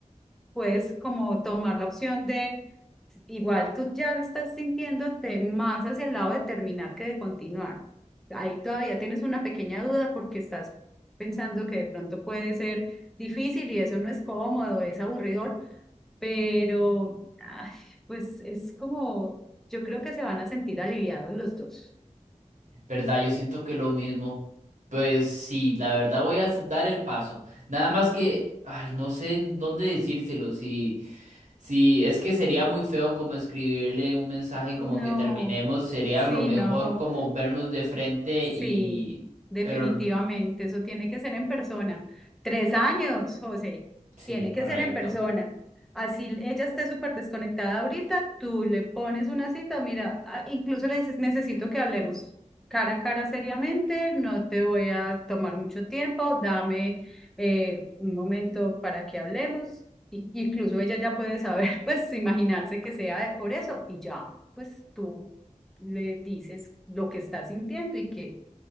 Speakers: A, in the centre; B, on the right.
A: puedes como tomar la opción de, igual tú ya estás sintiéndote más hacia el lado de terminar que de continuar. Ahí todavía tienes una pequeña duda porque estás pensando que de pronto puede ser difícil y eso no es cómodo, es aburridor, pero ay, pues es como, yo creo que se van a sentir aliviados los dos.
B: verdad, yo siento que lo mismo. Pues sí, la verdad voy a s- dar el paso. Nada más que, ay, no sé en dónde decírselo, si, si es que sería muy feo como escribirle un mensaje como
A: No,
B: que terminemos, sería
A: sí,
B: lo mejor
A: no.
B: como vernos de frente
A: Sí,
B: y,
A: definitivamente,
B: pero
A: eso tiene que ser en persona. Tres años, José,
B: sí,
A: tiene
B: correcto.
A: que ser en persona. Así ella esté súper desconectada ahorita, tú le pones una cita, mira, a- incluso le dices, necesito que hablemos cara a cara seriamente, no te voy a tomar mucho tiempo, dame eh, un momento para que hablemos. Y, incluso ella ya puede saber, <laughs> pues imaginarse que sea por eso y ya, pues tú le dices lo que estás sintiendo y que